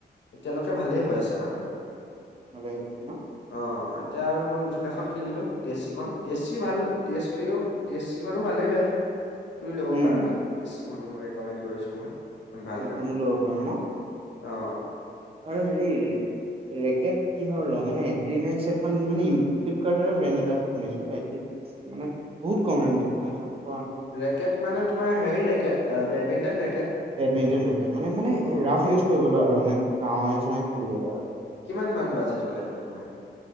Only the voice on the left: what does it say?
এতিয়ালৈকে
ভালেই হৈ আছে বাৰু।
অ এতিয়া আৰু মই নতুন এখন কিনিলো। দি এছ চিখন দি এছ চি ভাল দি এছ ফিও দি এছ চিও ভালেই বেট তুমি লব
পাৰা। ডি এছ চিখনো ৰিকমেণ্ড কৰিছো মই ভাল
বেট
অঁ।
ৰেকেট মানে তোমাৰ হেৰি racket badminton racket.
অ
কিমান মান বাজেটত লাগিব তোমাৰ।